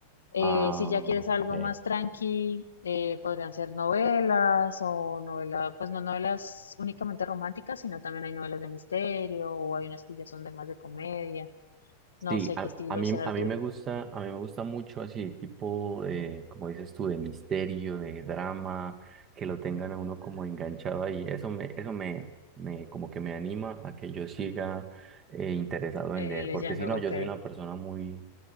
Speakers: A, on the left; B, on the right.
A: Eh,
B: Ah,
A: si ya quieres algo
B: ok.
A: más tranqui, eh, podrían ser novelas o novelas, pues no novelas únicamente románticas, sino también hay novelas de misterio o hay unas que ya son de más de comedia. No
B: Sí,
A: sé
B: a,
A: qué estilo
B: a mí,
A: sea
B: a
A: el
B: mí
A: tuyo.
B: me gusta, a mí me gusta mucho así, tipo de, como dices tú, de misterio, de drama, que lo tengan a uno como enganchado ahí. Eso me, eso me, me como que me anima a que yo siga eh, interesado en
A: Eh,
B: leer,
A: leyendo,
B: porque si no, yo
A: ok.
B: soy una persona muy,